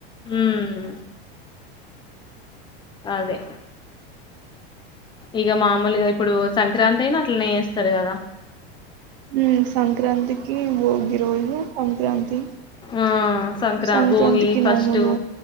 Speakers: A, on the left; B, on the right.
A: హ్మ్ అదే ఇక మామూలుగా ఇప్పుడు సంక్రాంతి అయినా అట్లనే చేస్తారు కదా
B: ఉమ్ సంక్రాంతికి భోగిరోజు సంక్రాంతి
A: ఆ సంక్రా
B: సంక్రాంతికి
A: భోగి ఫస్ట్
B: నోములు